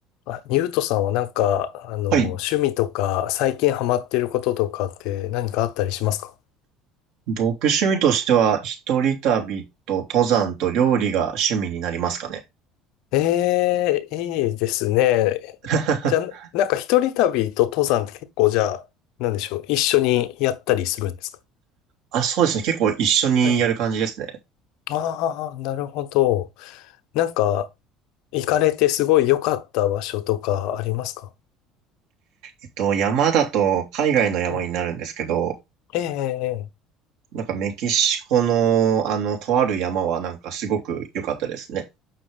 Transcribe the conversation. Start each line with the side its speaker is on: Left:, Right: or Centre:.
Left: あ、ニュートさんはなんか、あの、
Right: はい。
Left: 趣味とか、最近ハマってることとかって何かあったりしますか
Right: 僕趣味としては、一人旅と登山と料理が趣味になりますかね。
Left: ええー、いいですね。
Right: <laughs>
Left: じゃあ、なんか一人旅と登山って結構じゃあ、なんでしょう、一緒にやったりするんですか
Right: あ、そうですね。結構一緒にやる感じですね。
Left: はい。ああ、なるほど。なんか、行かれてすごい良かった場所とかありますか
Right: えっと、山だと海外の山になるんですけど、
Left: うん。ええええ
Right: なんかメキシコのあの、とある山はなんかすごく良かったですね。